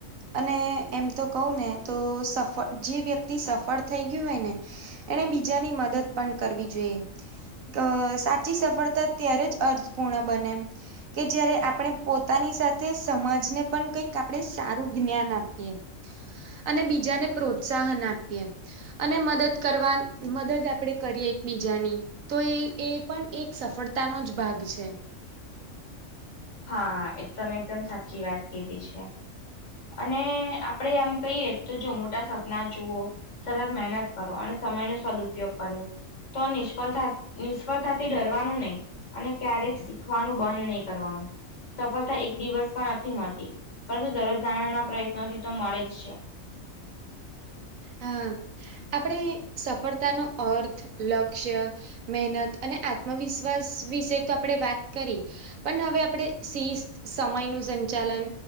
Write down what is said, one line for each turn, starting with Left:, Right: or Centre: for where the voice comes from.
Right: અને એમ તો કઉ ને તો સફળ જે વ્યક્તિ સફળ થઈ ગયું હોય ને. એને બીજાની મદદ પણ કરવી જોઈએ ત સાચી સફળતા ત્યારે જ અર્થપૂર્ણ બને કે જય્યારે આપણે પોતાની સાથે સમાજ ને પણ કઈક આપણે સારું જ્ઞાન આપીએ અને બીજાને પ્રોત્સાહન આપીએ. અને મદદ કરવા મદદ આપણેે કરીએ એકબીજાની તો એ એ પણ એક સફળતાનો જ ભાગ છે.
Left: હા એ તમે એકદમ સાચી વાત કીધી છે. અને આપડે આમ કહીએ તો જો મોટા સપના જુઓ સતત મહેનત કરો અને સમય નો સદઉપયોગ કરો. તો નિષ્ફળતા નિષ્ફળતાથી ડરવાનું નહી. અને ક્યારેક શીખવાનું બંધ નહી કરવાનું સફળતા એક દિવસ પણ નથી મળતી પરંતુ દરરોજ નાના નાના પ્રયત્નોથી તો મળે જ છે.
Right: હા આપણે સફળતા નો અર્થ લક્ષ્ય મહેનત અને આત્મવિશ્વાસ વિશે તો આપણેે વાત કરી પણ હવે આપણે શિસ્ત સમય નુ સંચાલન